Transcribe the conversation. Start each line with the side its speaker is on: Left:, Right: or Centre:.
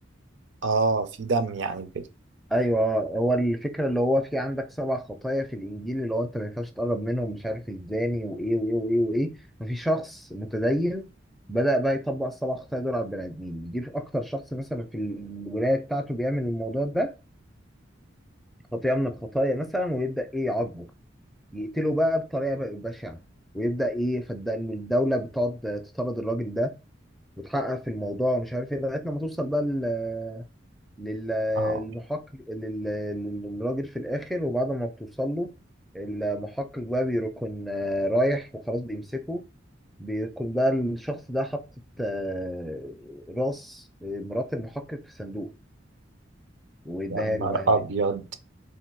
Right: اه في دم يعني كده
Centre: ايوه هو الفكره اللي هو في عندك سبع خطايا في الانجيل اللي هو انت ما ينفعش تقرب منهم مش عارف الزاني وايه وايه وايه وايه ففي شخص متدين بدأ بقى يطبق السبع خطايا دول على البني ادمين يجيب اكتر شخص مثلا في الولايه بتاعته بيعمل الموضوع ده خطيئه من الخطايا مثلا ويبدأ ايه يعاقبه يقتله بقى بطريقة بقى بشعة ويبدأ إيه فالدم الدولة بتقعد تطرد الراجل ده وتحقق في الموضوع ومش عارف إيه لغاية لما توصل بقى لل- لل-
Right: اه
Centre: للمحقق لل- للراجل في الآخر وبعد ما بتوصل له المحقق بقى بيكون آه، رايح وخلاص بيمسكه بيكون بقى الشخص ده حاطط آه، راس آه، مرات المحقق في صندوق ويديها
Right: يا نهار
Centre: له بقى هدية
Right: ابيض